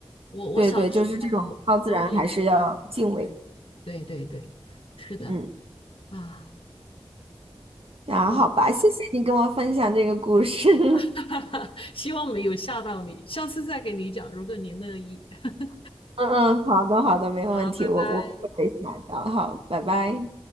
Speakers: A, on the left; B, on the right.
A: 我我小的时候，
B: 对对，就是这种超自然还是要敬畏。
A: 妈妈也会这样搞。对，对对对，是的
B: 嗯，
A: 啊。
B: 那好吧，
A: 然后。
B: 谢谢你跟我分享这个故事。<laughs>
A: <laughs> 哈哈，希望没有吓到你，下次再给你讲，如果你乐意。<laughs>
B: 嗯嗯，好的好的，没有问题，
A: 好，拜拜。
B: 我我不会下的。好，拜拜。